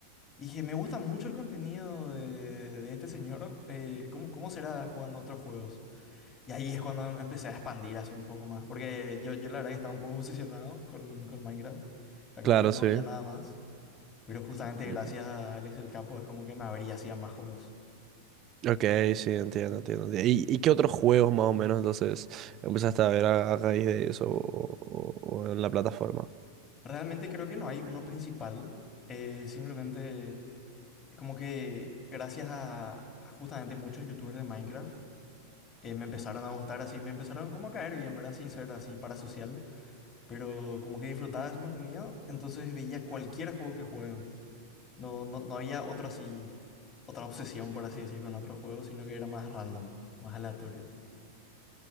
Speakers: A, on the left; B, on the right.
A: Dije, me gusta mucho el contenido de, de este señor. eh, ¿cómo, cómo será jugando otros juegos? Y ahí es cuando em- empecé a expandir así un poco más. Porque yo, yo la verdad que estaba un poco obsesionado con, con Minecraft. Era como
B: Claro,
A: que no
B: sí.
A: veía nada más. Pero justamente
B: Ujú.
A: gracias a Alex el Capo es como que me abría hacia más juegos.
B: Ok, sí, entiendo, entiendo. entiendo. ¿Y, y qué otros juegos más o menos entonces empezaste a ver a, a raíz de eso o, o- o en la plataforma?
A: Realmente creo que no hay uno principal. eh, simplemente es como que gracias a, a justamente muchos youtubers de Minecraft eh, me empezaron a gustar así. Me empezaron como a caer bien, ¿verdad? Sin ser así parasocial. pero como que disfrutaba de su contenido, entonces veía cualquier juego que jueguen. No, no, no había otra así, otra obsesión, por así decir, con otros juegos, sino que era más random, más aleatorio.